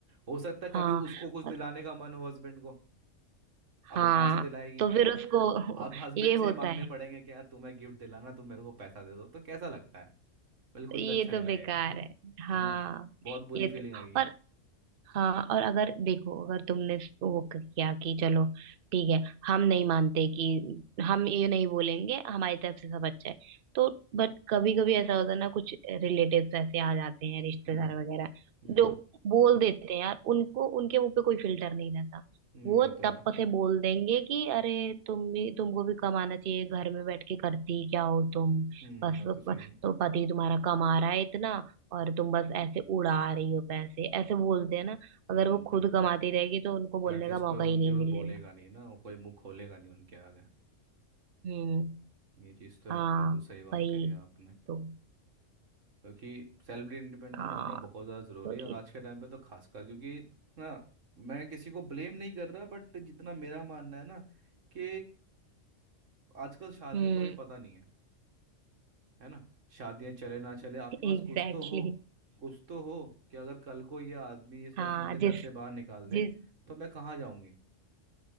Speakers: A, on the right; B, on the right.
A: हो सकता
B: हाँ
A: है कभी उसको कुछ
B: और
A: दिलाने का मन हो हस्बैंड को अब
B: हाँ
A: वो कहाँ से दिलाएगी
B: तो फिर उसको
A: अब हस्बैंड
B: <laughs> ये होता
A: से ही मांगने
B: है
A: पड़ेंगे कि यार तुम्हें गिफ्ट दिलाना तुम मेरे को पैसा दे दो तो कैसा लगता है बिल्कुल
B: ये
A: भी अच्छा
B: तो
A: नहीं लगेगा
B: बेकार है हाँ
A: है ना बहुत बुरी
B: ये
A: फीलिंग
B: तो,
A: आएगी
B: और हाँ और अगर देखो अगर तुमने वो किया कि चलो ठीक है हम नहीं मानते कि हम ये नहीं बोलेंगे हमारी तरफ से सब अच्छा है तो बट कभी कभी ऐसा होता है ना कुछ रिलेटिव्स ऐसे आ जाते हैं रिश्तेदार
A: हम्म
B: वगैरह
A: हम्म
B: जो बोल देते हैं यार उनको उनके मुंह पे कोई फिल्टर नहीं रहता
A: हम्म,
B: वो
A: ये तो
B: तब
A: है
B: से बोल देंगे कि अरे तुम भी तुमको भी कमाना चाहिए घर में बैठ के करती क्या हो तुम
A: हम्म
B: बस
A: बात तो सही है
B: तो पति तुम्हारा कमा रहा है इतना और तुम बस ऐसे उड़ा रही हो पैसे ऐसे बोलते हैं ना अगर
A: हम्म
B: वो
A: बिल्कुल
B: खुद कमाती रहेगी तो उनको बोलने
A: तो एटलीस्ट
B: का मौका
A: कोई उनके
B: ही नहीं
A: ऊपर
B: मिलेगा
A: बोलेगा नहीं ना कोई मुंह खोलेगा नहीं उनके आगे
B: हम्म
A: ये चीज़ तो
B: हाँ
A: है बिल्कुल सही बात
B: वही
A: कही है आपने
B: तो
A: क्योंकि सेल्फ इंडिपेंडेंट
B: हाँ
A: होना बहुत ज़्यादा ज़रूरी
B: तो
A: है और
B: इस
A: आज के टाइम पे तो खासकर क्योंकि ना मैं किसी को ब्लेम नहीं कर रहा बट जितना मेरा मानना है ना कि आजकल शादियों
B: हम्म
A: का भी पता नहीं है है ना शादियां चले ना चले आपके
B: Exactly
A: पास कुछ तो हो
B: exactly.
A: कुछ तो हो कि अगर कल को ये आदमी ये शख्स
B: हाँ
A: मुझे घर
B: जिस
A: से बाहर निकाल दे
B: जिस
A: तो मैं कहाँ जाऊंगी